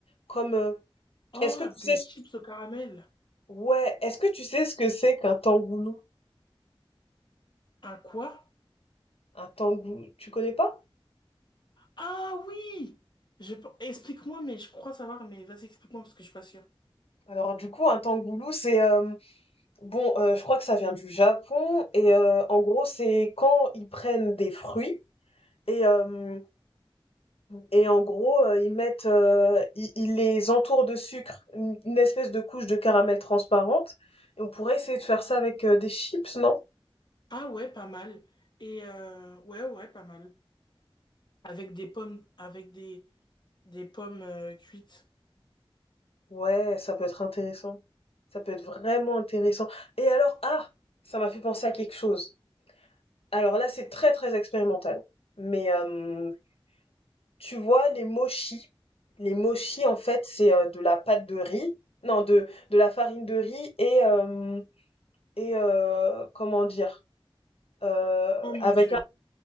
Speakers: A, on the left; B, on the left.
A: Comme, euh,
B: Oh,
A: est-ce que tu sais,
B: des
A: ce-
B: chips au caramel.
A: ouais, est-ce que tu sais ce que c'est qu'un tangoulou?
B: Un quoi?
A: Un tangoulou, tu connais pas?
B: Ah oui! Je... pe- Explique-moi, mais je crois savoir, mais vas-y, explique-moi parce que je suis pas sûre.
A: Alors du coup, un tangoulou, c'est euh, bon, euh, je crois que ça vient du Japon et euh, en gros, c'est quand ils prennent des fruits et euh, Et en gros, euh, ils mettent, euh, ils, ils les entourent de sucre, une, une espèce de couche de caramel transparente. Et on pourrait essayer de faire ça avec euh, des chips, non?
B: Ah ouais, pas mal. Et euh, ouais, ouais, pas mal. Avec des pommes, avec des, Des pommes euh, cuites.
A: Ouais, ça peut être intéressant. Ça peut être vraiment intéressant. Et alors, ah, ça m'a fait penser à quelque chose. Alors là, c'est très très expérimental. Mais euh, tu vois, les mochis, les mochis, en fait, c'est euh, de la pâte de riz, non, de de la farine de riz et euh, et euh, comment dire, euh,
B: Oh mon
A: avec
B: Dieu,